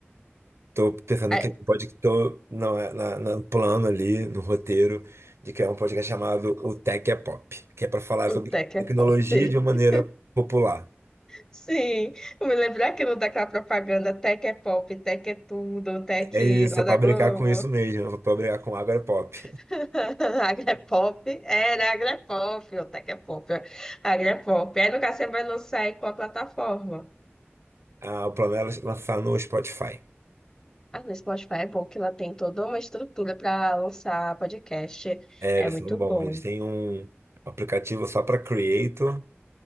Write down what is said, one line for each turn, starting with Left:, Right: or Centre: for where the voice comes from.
Right: estou pensando
Left: Ai,
Right: que pode estou na, na, no plano ali, no roteiro, de criar um podcast chamado O Tech é Pop, que é para falar
Left: o
Right: sobre
Left: Tech
Right: tecnologia
Left: é pop.
Right: de uma maneira
Left: <laughs>
Right: popular.
Left: Sim, eu me lembro daquilo daquela propaganda Tech é pop, Tech é tudo, Tech
Right: É isso,
Left: lá
Right: é pra
Left: da
Right: brincar
Left: Globo.
Right: com isso mesmo, é pra brincar com Agora é Pop.
Left: <laughs> Agrepop, era Agrepop, o Tech é pop, Agrepop. Aí no caso você vai lançar em qual plataforma?
Right: Ah, o plano era lançar no Spotify.
Left: Ah, no Spotify é bom que ela tem toda uma estrutura para lançar podcast.
Right: É,
Left: É
Right: eles
Left: muito
Right: são bons,
Left: bom.
Right: eles têm um aplicativo só pra Creator,